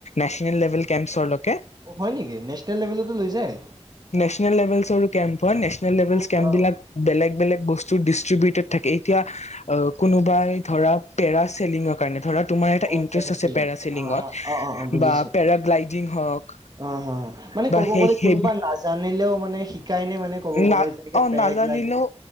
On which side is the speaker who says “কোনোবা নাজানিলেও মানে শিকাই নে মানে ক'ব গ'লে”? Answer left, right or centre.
Right